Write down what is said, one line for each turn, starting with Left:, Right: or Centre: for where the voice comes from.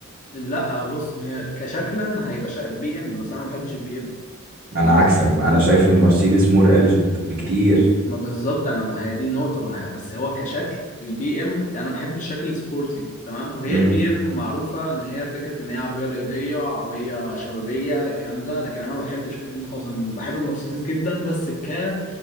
Left: لا بص هي كشكلا هيبقى شا... بي ام بس انا ما بحبش البي ام عامه
Right: انا عكسك بقى انا شايف المرسيدس مور اليجنت بكتير
Left: ما بالظبط انا ما هي دي النقطه بقى بس هو كشكل البي ام انا بحب الشكل السبورتي تمام وهي
Right: امم
Left: البي ام معروفه ان هي فكره ان هي عربيه رياضيه عربيه شبابيه الكلام ده لكن انا ما بحبش الكلام ده خالص انا بحب المرسيدس جدا بس ك